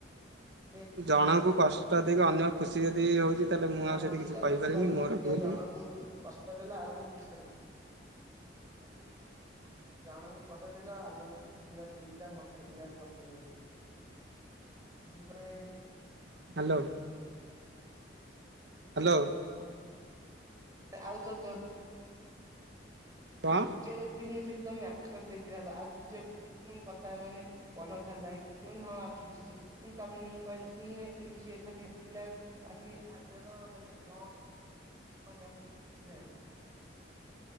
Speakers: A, on the right; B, on the right.
A: ଇଏ
B: ଜଣକୁ କଷ୍ଟ ଦେଇକି ଅନ୍ୟ ଖୁସି ଯଦି ହଉଛି ତାହେଲେ ମୁଁ
A: ହଁ
B: ଆଉ ସେଠି
A: ସେଇଟା
B: କିଛି କହିପାରିବିନି
A: ତମେ କହିଲ
B: ମୋର ଭୁଲ।
A: ଜଣଙ୍କୁ କଷ୍ଟ ଦେଲ ଆଉ ଜଣକୁ ଖୁସି ଦେଲ।
B: <inaudible>
A: ଜଣଙ୍କୁ କଷ୍ଟ ଦେଲ ଆଉ ଜଣକୁ ଖୁସି ଦେଲ ସେଇଟା ମତେ ଟିଲ ମ <unintelligible> ସେଥିପାଇଁ
B: ହ୍ୟାଲୋ। ହ୍ୟାଲୋ।
A: ଆଉ ତ ତ।
B: କଣ
A: ତୃତୀୟ ବ୍ୟକ୍ତି ହିଁ ସେଠି ତମେ ମାପ କରିଦେଇଥାନ୍ତ ଆଉ ତୃତୀୟ ବ୍ୟକ୍ତି କଥା ମାନେ ପଦିନଥାନ୍ତା ମୁଁ କହିଲି ହଁ ଆସୁଛି ସେ ତମେ ମୁଁ କହିଲି କିନ୍ତୁ ସେ ଖାଲି ଲେଖିଥିଲା ଆସିକି ହାଜର ମାନେ କଣ କଣ ମୁଁ କିଛି ଜାଣିନି?